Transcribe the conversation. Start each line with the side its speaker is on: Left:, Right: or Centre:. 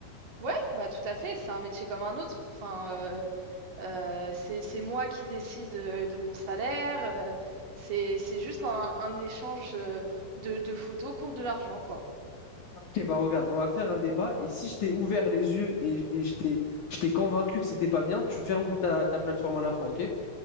Right: Ouais, bah tout à fait, c'est un métier comme un autre. Enfin, euh, Euh, c'est, c'est moi qui décide euh, de, mon salaire. euh, c'est, c'est juste un, un échange euh, de, de photos contre de l'argent, quoi.
Left: Ok, bah regarde, on va faire un débat et si je t'ai ouvert les yeux et, et je t'ai je t'ai convaincu que c'était pas bien, tu fermes ta, ta plateforme à la fin, ok?